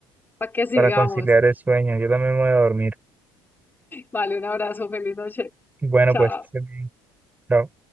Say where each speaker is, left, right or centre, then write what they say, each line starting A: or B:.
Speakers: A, on the left; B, on the right.
A: para que sigamos.
B: para conciliar el sueño. Yo también me voy a dormir.
A: Vale, un abrazo, feliz noche.
B: Bueno,
A: Chao.
B: pues. que estés bien. Chao.